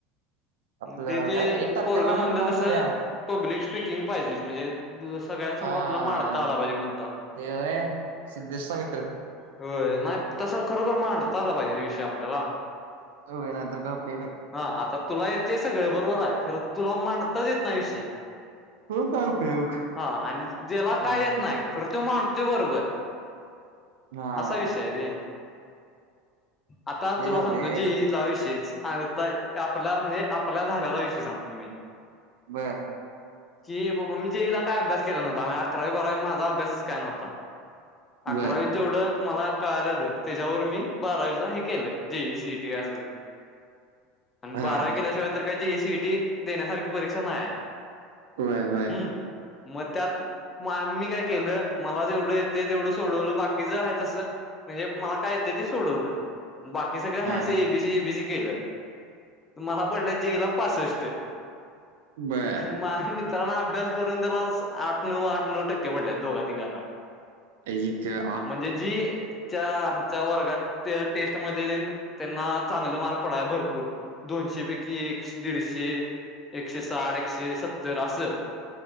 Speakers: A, on the right (about 65°); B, on the left (about 25°).
A: आपलं
B: ते ते
A: काय एक तारखेला
B: पोरगा म्हणलं
A: फॉर्म
B: तसं
A: भरूया
B: पब्लिक स्पीकिंग पाहिजेच म्हणजे तुझा सगळ्यांसमोर
A: हा
B: आपला मांडता आला पाहिजे मुद्दा.
A: ते व्हय सिद्धेशचा मित्र.
B: व्हय नाही तसं खरोखर मांडता आला पाहिजे रे विषय आपल्याला.
A: होय नाहीतर का पेन हे.
B: हा आता तुला येते सगळं बरोबर आहे खरं तुला मांडताच येत नाय विषय.
A: हो काय उपयोग
B: हा आणि ज्याला
A: हम्म
B: काय येत नाही खरं तो मांडतोय बरोबर
A: हा.
B: असा विषय आहे रे. आता
A: ते
B: तुला
A: जाऊ
B: सांगतो
A: दे
B: जेईचा विषयच आता आपला म्हणजे आपला झाल्याला विषय सांगतो मी. ह
A: बर
B: जेई बाबा मी जेईला काय अभ्यास केला नव्हता माया अकरावी बारावी माझा अभ्यासच काय नव्हता. अकरावीत
A: बर
B: जेवढं मला कळाल्याला त्याच्यावर मी बारावीचा हे केलं जे जे सी ई टी काय असेल. ह आणि
A: हा
B: बारा केल्याशिवाय तर काय जे ई सी ए टी देण्यासारखी परीक्षा नाही आहे.
A: होय होय.
B: हम्म म त्यात मी काय केलं मला जेवढं येते तेवढं सोडवलं बाकीचा आहे तसं म्हणजे मला काय येते ते सोडवलं बाकी सगळं
A: हा
B: हाय से B C A B C केला तर मला पडला जे ई ला पासष्ट.
A: बर
B: आणि माझं मित त्याला ना अभ्यास करून त्याला असं आठ नऊ आठ नऊ टक्के पडलेत दोघा तिघांना.
A: अईये त्या
B: म्हणजे जी या आमच्या वर्गात ते टेस्ट मधेतीन त्यांना चांगलं मार्क पडाय भरपूर दोनशे पैकी एक शे दीडशे एकशे साठ एकशे सत्तर असं.